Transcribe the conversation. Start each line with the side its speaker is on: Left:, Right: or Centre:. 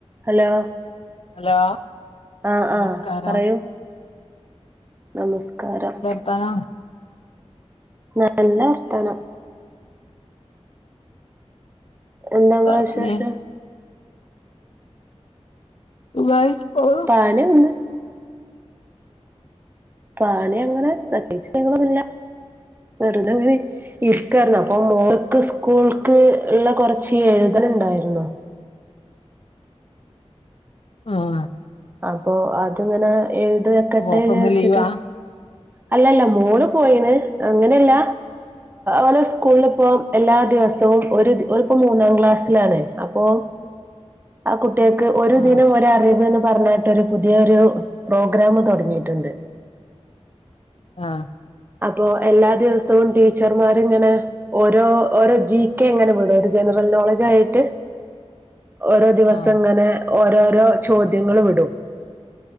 Right: Hello
Left: hello
Right: ആഹ
Left: നമസ്കാരം
Right: ആഹ പറയൂ നമസ്കാരം
Left: പറ
Right: <inaudible> നല്ല വർത്തമാനം എന്താങ്ങള
Left: എന്താ
Right: വിശേഷം
Left: പണി സുഖായി പോന്നു
Right: പാണി ഒണ്ട് പണി അങ്ങനെ പ്രേത്യേകിച്ചു വെറുത ഇരിക്കരുന്നു അപ്പൊ മോൾക്ക് സ്കൂൾക്ക് ക്ക് ഉള്ള കുറച്ച് എഴുതൽ ഉണ്ടായിരുന്നു
Left: ആഹ
Right: അപ്പൊ അതിങ്ങനെ എഴുതി വെക്കട്ടെ
Left: മോൾക്കിന്ന്
Right: വിചാരിച്ചിട്ട്
Left: ലീവാ
Right: അല്ലല്ല മോള് പോയിണ് അങ്ങനെയല്ല അലെ സ്കൂളിലിപ്പ എല്ലാ ദിവസവും ഒരു ഒരുപ്പ മൂന്നാം ക്ലാസ്സിലാണ് അപ്പൊ
Left: <inaudible>
Right: ആ കുട്ടികക്ക് ഒരു
Left: ആഹ്
Right: ദിനം ഒരറിവ്ന്ന് പറഞ്ഞട്ട് പുതിയൊരു പ്രോഗ്രാം തുടങ്ങിയിട്ടുണ്ട്
Left: ആഹ
Right: അപ്പൊ എല്ലാ ദിവസവും ടീച്ചർമാരിങ്ങനെ ഓരോ ഓരോ ജി കെ എങ്ങനെ വിടും ഒരു ജനറൽ നോളജ് ആയിട്ട്
Left: <inaudible>
Right: ഓരോ ദിവസം
Left: ആഹ്
Right: ഇങ്ങനെ ഓരോരോ ചോദ്യങ്ങൾ വിടും